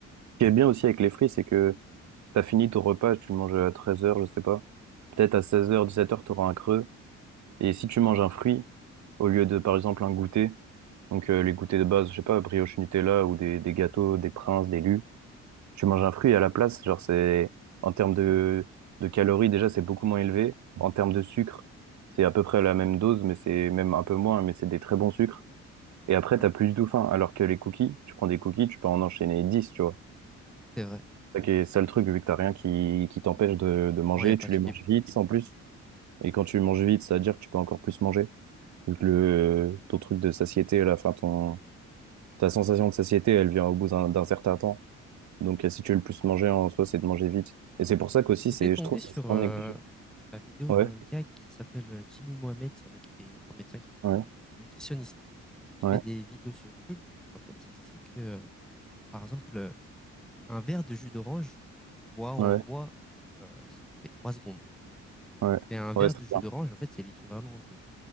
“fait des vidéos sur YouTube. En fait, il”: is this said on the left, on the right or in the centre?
Centre